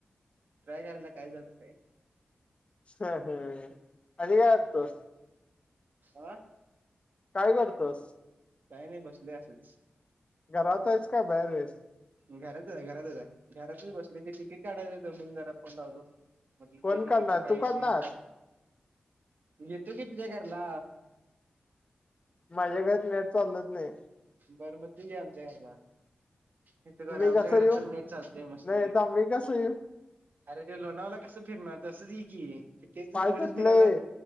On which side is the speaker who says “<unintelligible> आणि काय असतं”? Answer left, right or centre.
Left